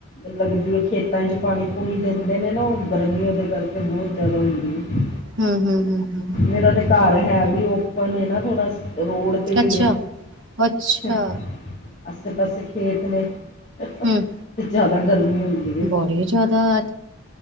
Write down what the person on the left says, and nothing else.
ਲੱਗਦੀ ਹੈ ਖੇਤਾਂ ਚ ਪਾਣੀ ਪੂਣੀ ਦਿੰਦੇ ਨੇ ਨਾ ਉਹ ਗਰਮੀ ਉਹਦੇ ਕਰਕੇ ਬਹੁਤ ਜਿਆਦਾ ਹੁੰਦੀ ਹੈ।
ਮੇਰਾ ਤੇ ਘਰ ਹੈ ਵੀ ਓਪਨ ਨਾ ਥੋੜਾ। ਰੋਡ ਤੇ
ਹੀ
ਹੈ ਆਸੇ ਪਾਸੇ ਖੇਤ ਨੇ ਤੇ
ਜ਼ਿਆਦਾ ਗਰਮੀ ਹੁੰਦੀ ਹੈ